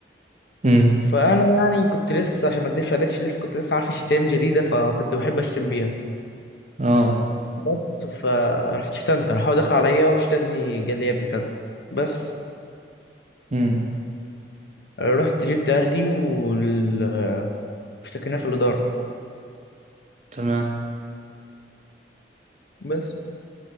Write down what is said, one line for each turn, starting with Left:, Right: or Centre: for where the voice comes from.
Right: امم
Left: فانا يعني كنت لسه عشان ما اكدبش عليكش لسه كنت لسه عارف شتايم جديده فكنت بحب اشتم بيها
Right: اه
Left: بس فرحت شتمت راح هو دخل عليا وشتمني قال لي يا ابني كذا بس
Right: امم
Left: رحت جبت اهلي وال- واشتكيناه في الاداره
Right: تمام
Left: بس